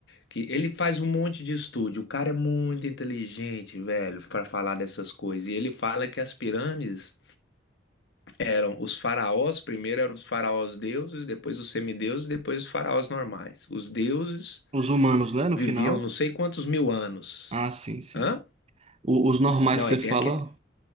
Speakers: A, on the left (about 65°); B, on the right (about 35°).
A: que ele faz um monte de estudo. O cara é muito inteligente, velho, para falar dessas coisas. E ele fala que as pirâmides eram os faraós, primeiro eram os faraós deuses, depois os semideuses, depois os faraós normais. Os deuses
B: os humanos, né, no
A: viviam
B: final?
A: não sei quantos mil anos.
B: Ah, sim, sim.
A: Hã?
B: O- os normais,
A: Não,
B: você
A: aí tem
B: fala,
A: aqui.